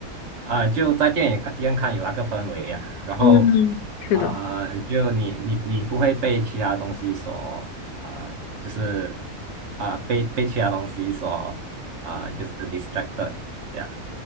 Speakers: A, on the right; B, on the left.
A: 啊、呃就在电影院看有那个氛围呀、啊然后
B: 嗯，是的。
A: 啊、呃就你你你不会被其他东西所啊、呃就是啊、呃被被其他东西所啊、呃就是 distracted 呀、